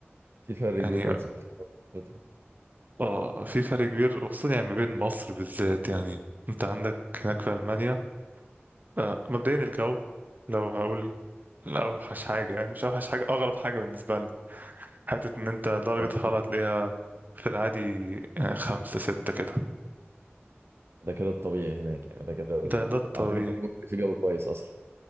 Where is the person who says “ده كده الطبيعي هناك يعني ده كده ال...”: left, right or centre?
Right